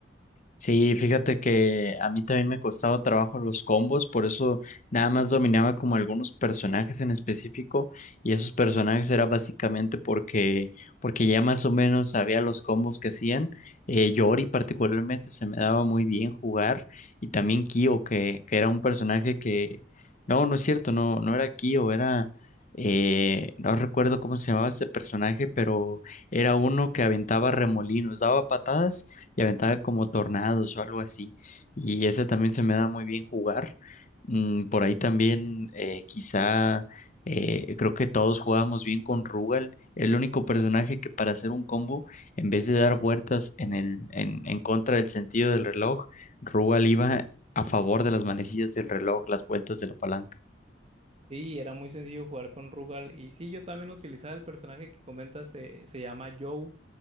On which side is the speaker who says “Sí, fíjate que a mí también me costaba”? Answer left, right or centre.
Left